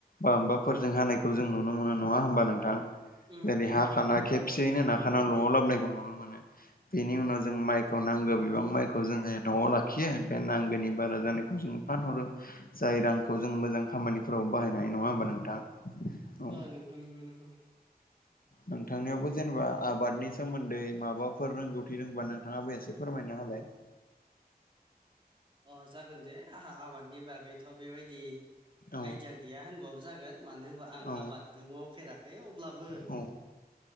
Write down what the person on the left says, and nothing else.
बा माबाफोरजों हानायखौ जों नुनो मोनो नङा होमबा नोंथां?
जेरै-
हाखाना
खेबसेयैनो नाखाना न'आव लाबोनायखौ नुनो मोनो। बेनि उनाव जों माइखौ नांगौ बिबां माइखौ जोङो न'आव लाखियो बे नांगौनि बारा जानायखौ जों फानहरो जाय रांखौ जों मोजां खामानिफोराव बाहायनो हायो नङा होमबा नोंथां औ
नोंथांनियावबो जेनेबा आबादनि सोमोन्दै माबाफोर रोंगौथि रोंबा नों थाङाबो एसे फोरमायना होलाय
औ
औ
औ